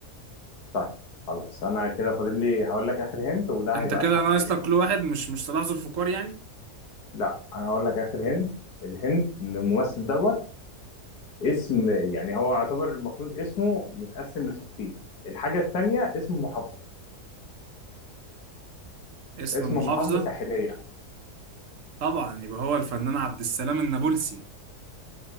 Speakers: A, on the left; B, on the right.
A: طيب خلاص انا كده فاضل لي هقول لك اخر هنت وده
B: انت
A: هيبقى
B: كده
A: اسهل
B: ناقص
A: حاجه
B: لك كل واحد مش مش صلاح ذو الفقار يعني
A: لا انا هقول لك اخر هنت الهنت ان الممثل دوت اسم يعني هو يعتبر المفروض اسمه متقسم لحاجتين الحاجة التانية اسم محافظة
B: اسم
A: اسم
B: محافظة
A: محافظة ساحلية
B: طبعا يبقى هو الفنان عبد السلام النابلسي